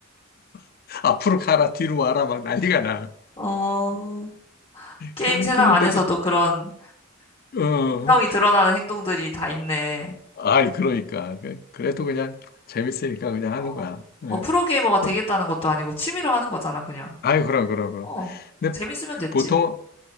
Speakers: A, on the left (about 45°); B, on the left (about 30°).
A: <laughs> 앞으로 가라, 뒤로 와라. 막 난리가 나.
B: 어, 게임
A: 그런-
B: 세상
A: 그런데도,
B: 안에서도 그런
A: 어,
B: 인성이 드러나는 행동들이 다 있네.
A: 아이, 그러니까. 그- 그래도 그냥 재밌으니까 그냥 하는
B: 어,
A: 거야.
B: 뭐
A: 예.
B: 프로게이머가 되겠다는
A: 그럼,
B: 것도 아니고 취미로 하는 거잖아, 그냥.
A: 아이, 그럼, 그럼, 그럼.
B: 어,
A: 근데
B: 재밌으면 됐지.
A: 보통,